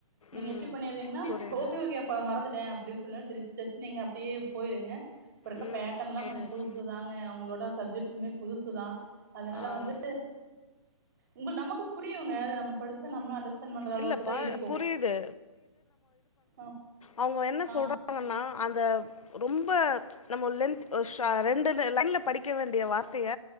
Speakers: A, on the right; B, on the left.
A: நீங்க
B: ம்
A: எப்டி பண்ணறீங்கன்னா
B: புரியுது
A: ஓகே ஓகே அப்ப மறந்துட்டே அப்டின்னு சொல்லி ஜஸ்ட் நீங்க அப்டியே பொயிருங்க இப்ப இருக்க
B: ம்
A: பேட்டன்லா
B: புரியுது
A: கொஞ்சோ புதுசு புதுசு தாங்க அவுங்களோட சப்ஜெக்ட்ஸுமே புதுசுதா அதனால
B: ஆ
A: வந்து உங்க நமக்கு புரியுங்க அத நம்ம படிச்ச நம்மளு அண்டர்ஸ்டாண்ட் பண்ற அளவுக்குதா
B: இல்லப்பா
A: இருக்கு
B: புரியுது
A: ஆ
B: அவுங்க என்ன
A: ஆ
B: சொல்றாங்கன்னா அந்த ரொம்ப நம்ம லென்த் சா ரெண்டு லைன்ல படிக்க வேண்டிய வார்த்தைய